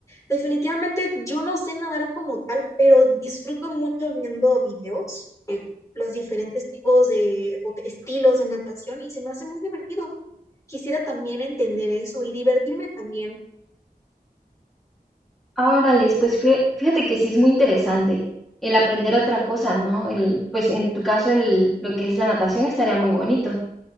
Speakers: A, on the left; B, in the centre.
A: Definitivamente, yo no sé nadar como tal, pero disfruto mucho viendo videos, eh, los diferentes tipos de o de estilos de natación y se me hace muy divertido. Quisiera también entender eso y divertirme también
B: Ah, órales, pues fí- fíjate que sí es muy interesante el aprender otra cosa, ¿no? El, pues en tu caso el, lo que es la natación estaría muy bonito.